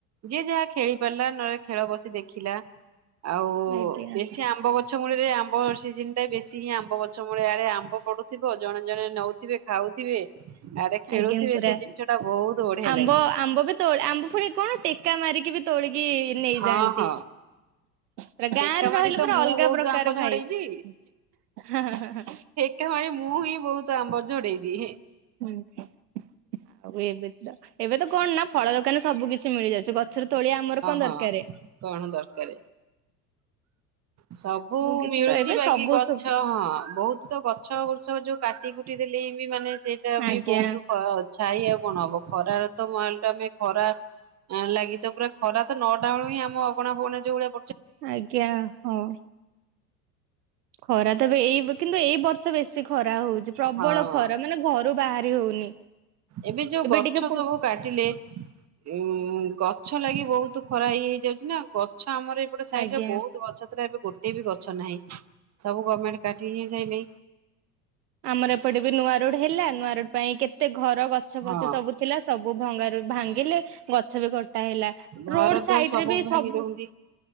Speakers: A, on the right (about 35°); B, on the right (about 75°).
A: ଯିଏ ଯାହା ଖେଳି ପାରିଲା ନହେଲେ ଖେଳ ବସି ଦେଖିଲା ଆଉ
B: ଆଜ୍ଞା
A: ବେଶୀ ଆମ୍ବ ଗଛ ଗଛ ମୁଳରେ ଆମ୍ବ ସିଜନଟ ଟା ବେଶୀ ହିଁ ଆମ୍ବ ଗଛ ସବୁବେଲେ ଆଡେ ଆମ୍ବ ପଡୁଥିବ ଜଣେ ଜଣେ ନଉଥିବେ ଖାଉଥିବେ? ଆରେ ଖେଳୁଥିବେ
B: ଆଜ୍ଞା ପୁରା
A: ସେ ଜିନିଷ ଟା ବହୁତ ବଢିଆ
B: ଆମ୍ବ
A: ଲାଗେ।
B: ଆମ୍ବ ବି ତୋଳି ଆମ୍ବ ଫଣି କଣ ଟେକା ମାରିକି ବି ତୋଳିକି ନେଇଯାଆନ୍ତି।
A: ହଁ ହଁ
B: ପୁରା ଗାଁରେ
A: ଟେକା
B: ରହିଲେ
A: ମାରି ତ
B: ପୁରା
A: ମୁଁ
B: ଅଲଗା
A: ବହୁତ
B: ପ୍ରକାର
A: ଆମ୍ବ
B: ଭାଇ
A: ଝଡେଇଛି
B: ହିଁ ହିଁ ହିଁ।
A: ମ ମୁଁ ହିଁ ବହୁତ ଆମ୍ବର ଯୋଡେଇ ଦି
B: ହୁଁ ଆଉ ଏବେ ତ ଏବେ ତ କଣ ନା ଫଳ ଦୋକାନ ସବୁ କିଛି ମିଳିଯାଉଛି ଗଛରେ ତେଳିଆ ଆମର କଣ
A: ହଁ
B: ଦରକାର?
A: କଣ ଦରକାର ସବୁ
B: କିଛି
A: ମିଳୁଛି
B: ତ ଏବେ
A: ବାକି
B: ସବୁ
A: ଗଛ
B: ସବୁ
A: ହଁ ବହୁତ। ତ ଗଛ ବୃଷ ଯୋଉ କାଟି କୁଟି ଦେଲେ ହି ବି ମାନେ ସେଇଟା ବି
B: ଆଜ୍ଞା
A: ବହୁତ। ଛାଇ ଆ କଣ ହବ ଖରାର ତ ମଲ ଟମେ ଖରା ଲାଗି ତ ପୁରା ଖରା ତ ନ ଡାଳ ହିଁ ଆମ ଅଗଣା ଫଗଣା ଯୋଉଳିଆ
B: ଆଜ୍ଞା ହଁ। ଖରା ତ ଏଇ କିନ୍ତୁ ଏଇ ବର୍ଷ ବେଶୀ ଖରା ହଉଛି ପ୍ରବଳ
A: ହଁ
B: ଖରା ମାନେ ରୁ ବାହାରି ହଉନି
A: ଏବେ ଯୋଉ ଗଛ
B: ଟିକେ ପୁ
A: ସବୁ କାଟିଲେ ଉଁ ଗଛ ଲାଗି ବହୁତ ଖରା ହେଇ ହେଇଯାଉଛି ନା ଗଛ ଆମର ଗୋଟେ ସାଇଡରେ
B: ଆଜ୍ଞା।
A: ବହୁତ ଗଛ ଥିଲା ଏବେ ଗୋଟେ ବି ଗଛ ନାହିଁ ସବୁ ଗଭର୍ଣ୍ଣମେଣ୍ଟ କାଟିି ହିଁ ଯାଇ
B: ଆମର ଏପଟେ ବି ନୂଆ ରୋଡ ହେଲା ନୂଆ ରୋଡ ପାଇଁ କେତେ ଘର ଗଛ
A: ହଁ
B: ଫଛ ସବୁ ଥିଲା ସବୁ ଭଙ୍ଗାରୁ ଭାଙ୍ଗିଲେ ଗଛ ବି ଗଟା ହେଲା।
A: ଘର
B: ରୋଡ
A: ଦ୍ୱାର
B: ସାଇଡ ରେ ବି
A: ଭାଙ୍ଗି
B: ସବୁ
A: ଦଉଛନ୍ତି।